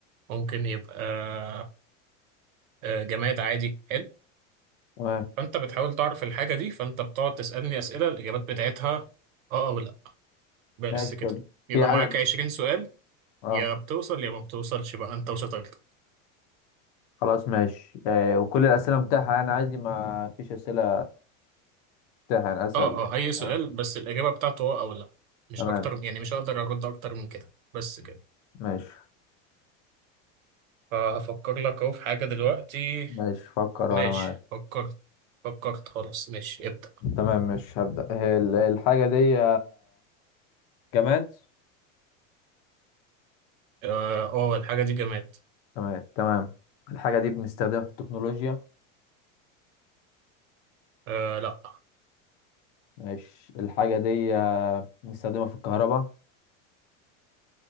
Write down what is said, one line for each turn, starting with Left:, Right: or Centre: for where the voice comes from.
Right: ممكن يبقى آه جماد عادي حلو
Left: تمام
Right: فانت بتحاول تعرف الحاجه دي فانت بتقعد تسالني اسئله الاجابات بتاعتها اه او لا بس
Left: ماشي
Right: كده
Left: طب
Right: يبقى
Left: في عدد
Right: معاك 20 سؤال
Left: اه
Right: يا بتوصل يا ما بتوصلش بقى انت وشطارتك
Left: خلاص ماشي آه وكل الأسئلة متاحة يعني عادي ما فيش أسئلة متاحة يعني أسأل
Right: اه اه اي سؤال
Left: آه.
Right: بس الاجابه بتاعته اه او لا مش
Left: تمام
Right: اكتر يعني مش هقدر ارد اكتر من كده بس كده
Left: ماشي
Right: فهفكر لك اهو في حاجه دلوقتي
Left: ماشي فكر
Right: ماشي
Left: وأنا معاك
Right: فكرت فكرت خلاص ماشي ابدا
Left: تمام مش هبدأ هي ال- الحاجة دي جماد
Right: اه آه، الحاجه دي جماد
Left: جماد تمام الحاجة دي بنستخدمها في التكنولوجيا
Right: آه لا
Left: ماشي الحاجة دي آه، بنستخدمها في الكهرباء